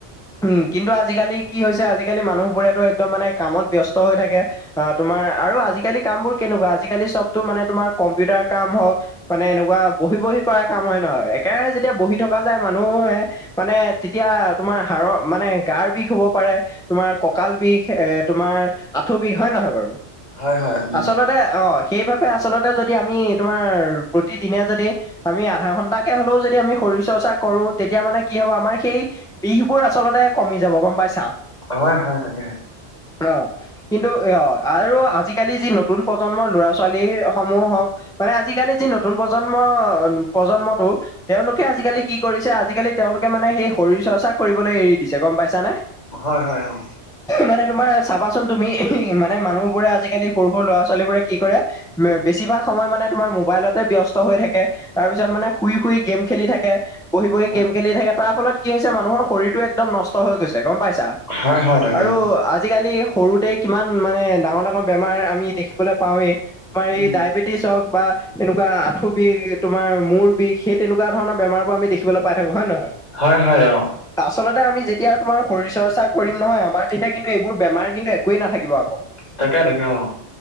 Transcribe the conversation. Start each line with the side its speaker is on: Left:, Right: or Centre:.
Centre: উম, কিন্তু আজিকালি কি হৈছে আজিকালি মানুহবোৰেতো একদম মানে কামত ব্যস্ত হৈ থাকে অ, তোমাৰ আৰু আজিকালি কাম বোৰ কেনেকুৱা আজিকালি চবতো মানে তোমাৰ কম্পিউটাৰ কাম হওক মান এনেকুৱা বহি- বহি কৰাই কাম হয় নহয় একেৰাহে যেতিয়া বহি থকা যায় মানুহে মানে তেতিয়া তোমাৰ হাড়ৰ মানে গাৰ বিষ হব পাৰে তোমাৰ কঁকাল বিষ এ তোমাৰ আঁঠু বিষ হয় নহয় বাৰু?
Left: হয় -হয়। উম
Centre: আচলতে অ, সেইবাবে আচলতে যদি আমি তোমাৰ প্ৰতিদিনে যদি আমি আধা ঘন্টাকে হলেও যদি আমি শৰীৰ চৰ্চা কৰো তেতিয়া মানে কি হব আমাৰ সেই বিষ বোৰ আচলতে কমি যাব গম পাইছা?
Left: হয়- হয় তাকে।
Centre: অ, কিন্তু এ অ, আৰু আজি আজিকালি যি নতুন প্ৰজন্মৰ ল'ৰা ছোৱালী সমূহ হওক মানে আজিকালি যি নতুন প্ৰজন্ম- প্ৰজন্মটো তেওঁলোকে আজিকালি কি কৰিছে আজিকালি তেওঁলোকে মানে সেই শৰীৰ চৰ্চা কৰিবলৈ এৰি দিছে গম পাইছানে?
Left: হয়- হয় অ।
Centre: মানে তোমাৰ চাবাচোন তুমি মানে মানুহ বোৰে আজিকালি সৰু- সৰু ল'ৰা -ছোৱালী বোৰে কি কৰে বেছিভাগ সময় মানে তোমাৰ মোবাইলতে ব্যস্ত হৈ থাকে। তাৰ পিছত মানে শুই -শুই গেম খেলি থাকে। বহি -বহি
Left: হয়
Centre: গেম খেলি থাকে তাৰ ফলত কি হৈছে মানুহৰ শৰীৰটো একদম নষ্ট হৈ গৈছে গম পাইছা? আৰু
Left: হয় হয় তাকে অ
Centre: আজিকালি সৰুতে কিমান মানে ডাঙৰ- ডাঙৰ <unintelligible> তোমাৰ আমি দেখিবলৈ পাওৱে তোমাৰ
Left: উম
Centre: এই ডায়বেটি টিছ হক বা এনেকুৱা আঁঠু বিষ, তোমাৰ মূৰ বিষ সেই তেনেকুৱা ধৰণৰ বেমাৰ বোৰ আমি দেখিবলৈ পাই থাকোঁ হয় নে নহয়?
Left: হয় হয় অ
Centre: আচলতে আমি যেতিয়া তোমাৰ শৰীৰ চৰ্চা কৰিম নহয় আমাৰ তেতিয়া কিন্তু এইবোৰ বেমাৰ কিন্তু একোৱে নাথাকিব আকৌ।
Left: তাকে -তাকে অ।